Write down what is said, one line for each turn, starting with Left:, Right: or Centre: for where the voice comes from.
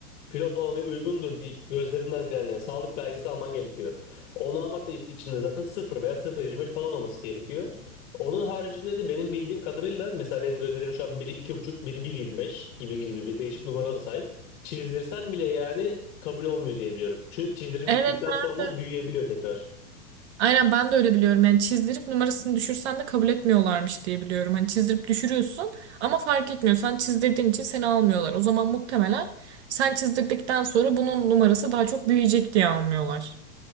Left: pilot olmaya uygundur diye gözlerinden falan ya sağlık belgesi alman gerekiyor. Onu almak da iç- içinde zaten sıfır veya sıfır yirmi beş falan olması gerekiyor. Onun haricinde de benim bildiğim kadarıyla mesela benim gözlerim şu an biri 2,5 biri bir yirmi beş gibi gibi bir değişik numaralara sahip. Çizdirsem bile yani kabul olmuyor diye biliyorum. Çünkü çizdirdikten
Right: Evet ben
Left: sonra
Right: de.
Left: büyüyebiliyor tekrar.
Right: Aynen ben de öyle biliyorum. Yani çizdirip numarasını düşürsen de kabul etmiyorlarmış diye biliyorum. Hani çizdirip düşürüyorsun ama fark etmiyor. Sen çizdirdiğin için seni almıyorlar. O zaman muhtemelen sen çizdirdikten sonra bunun numarası daha çok büyüyecek diye almıyorlar.